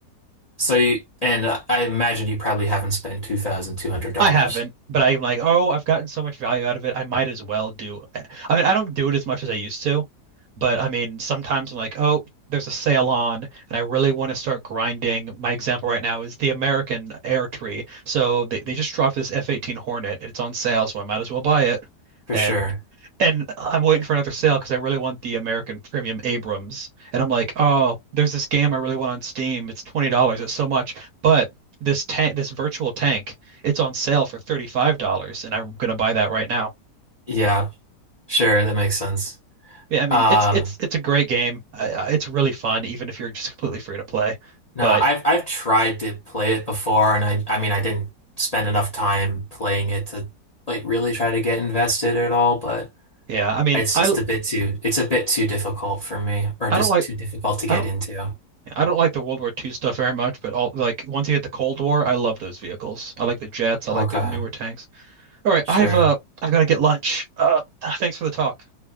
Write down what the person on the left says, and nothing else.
So you and I imagine you probably haven't spent $2,200
for
sure.
Yeah, sure, that makes sense.
Um
No,
I've I've tried to play it before, and I I mean I didn't spend enough time playing it to like really try to get invested at all, but
it's
just a bit too it's a bit too difficult for me, or
just
too difficult to get
into.
Okay,
sure.